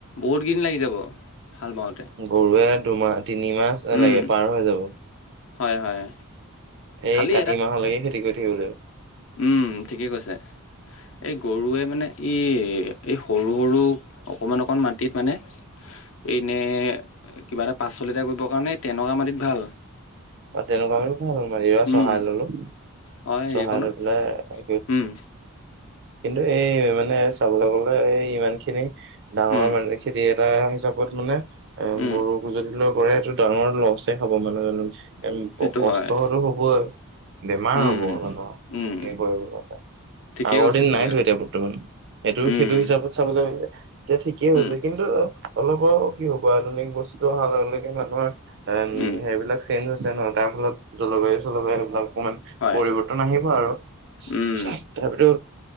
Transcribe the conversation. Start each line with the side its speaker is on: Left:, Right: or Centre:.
Left: বহুত দিন লাগি যাব হাল বাওঁতে।
Right: গৰুৱে দুমাহ তিনিমাহ
Left: উম
Right: লাগে পাৰ হৈ যাব।
Left: হয় হয়।
Right: এই
Left: খালি
Right: কাতি মাহলৈকে খেতি কৰি থাকিব লাগিব।
Left: উমঁ' ঠিকেই কৈছা। এই গৰুৱে মানে ই এই সৰু-সৰু অকমান অকমান মাটিত মানে এনে কিবা এটা পাচলি এটা কৰিব কাৰণে তেনেকুৱা মাটিত ভাল।
Right: তেনেকুৱা মাটি ভাল। মাটিতো এইবাৰ চহাই
Left: উম
Right: ললোঁ
Left: হয়
Right: চহাই
Left: সেইকণত
Right: লৈ পেলাই
Left: উম
Right: কিন্তু এই মানে চাবলৈ গ'লে এই ইমানখিনি ডাঙৰ
Left: উম
Right: মানে খেতি এটা হিচাপত মানে এ
Left: উম
Right: গৰু <unintelligible> লৈ কৰে সেইটো ডাঙৰ লষ্টে হ'ব মানে <unintelligible>
Left: সেইটো
Right: কষ্টতো
Left: হয়
Right: হ'বই বেমাৰ
Left: উম
Right: হ'ব মানুহৰ
Left: উম
Right: এ কৰিব ল'লে।
Left: ঠিকেই
Right: আগৰ
Left: কৈছে
Right: দিন
Left: ঠিকেই
Right: নাইতো
Left: কৈছে
Right: এতিয়া বৰ্তমান। সেইটো
Left: উম
Right: সেইটো হিচাপত চাবলৈ গ'লে এতিয়া ঠিকেই
Left: উম
Right: হৈছে কিন্তু অলপ কি হ'ব আধুনিক বস্তুতো অহাৰ লগে লগে মানুহৰ এম
Left: উম
Right: সেইবিলাক চেঞ্জ হৈছে নহয়। তাৰ ফলত জলবায়ু-চলবায়ুৰ এইবিলাক অকণমান
Left: হয়
Right: পৰিবৰ্তন আহিব আৰু।
Left: উম
Right: তথাপিতো